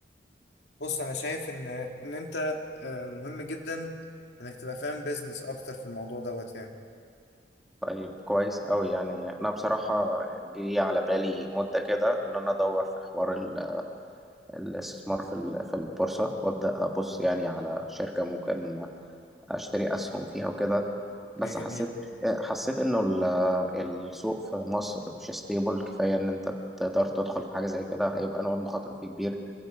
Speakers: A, on the left; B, in the centre.
A: بص أنا شايف إن إن أنت آه مهم جدا إنك تبقى فاهم بيزنس أكتر في الموضوع دوت يعني
B: طيب كويس أوي يعني انا بصراحه جه على بالي مده كده ان انا ادور في حوار ال- الاستثمار في ال- في البورصه وابدا ابص يعني على شركه ممكن اشتري اسهم فيها وكده بس
A: اوكي
B: حسيت
A: جميل
B: حسيت انه ال- السوق في مصر مش ستيبل كفايه ان انت تقدر تدخل في حاجه زي كده هيبقى نوع المخاطره فيه كبير